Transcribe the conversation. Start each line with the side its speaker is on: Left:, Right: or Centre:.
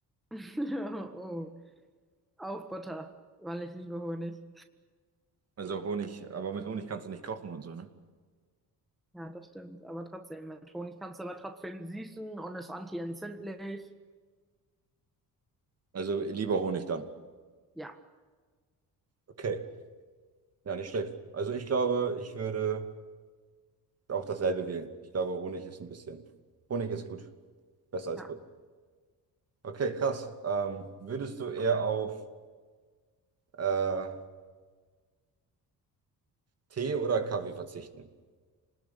Centre: <laughs> Oh, auf Butter, weil ich liebe Honig.
Right: Also Honig, aber mit Honig kannst du nicht kochen und so, ne?
Centre: Ja, das stimmt. Aber trotzdem, mit Honig kannst du aber trotzdem süßen und ist anti entzündlich
Right: Also lieber Honig dann.
Centre: Ja,
Right: Okay, ja, nicht schlecht. Also ich glaube, ich würde auch dasselbe wählen. Ich glaube, Honig ist ein bisschen, Honig ist gut, besser als
Centre: ja.
Right: Butter. Okay, krass. Ähm, würdest du eher auf äh, Tee oder Kaffee verzichten?